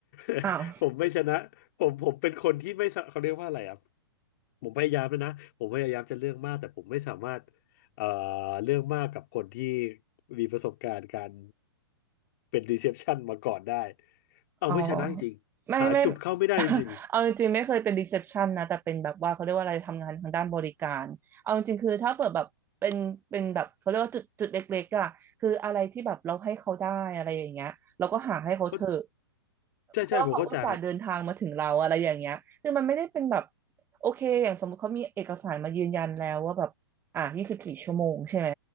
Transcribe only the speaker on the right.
อ้าว
อ๋อไม่ไม่ <laughs> เอาจริงๆไม่เคยเป็นรีเซพชันนะแต่เป็นแบบว่าเขาเรียกว่าอะไรทำงานทางด้านบริการเอาจริงๆคือถ้าเปิดแบบเป็นเป็นแบบเขาเรียกว่าจุดจุดเล็กๆอะคืออะไรที่แบบเราให้เขาได้อะไรอย่างเงี้ยเราก็หาให้เขาเถอะ
เพราะว่าเขาอุตส่าห์เดินทางมาถึงเราอะไรอย่างเงี้ยคือมันไม่ได้เป็นแบบโอเคอย่างสมมติเขามีเอกสารมายืนยันแล้วว่าแบบอ่ะยี่สิบสี่ชั่วโมงใช่ไหม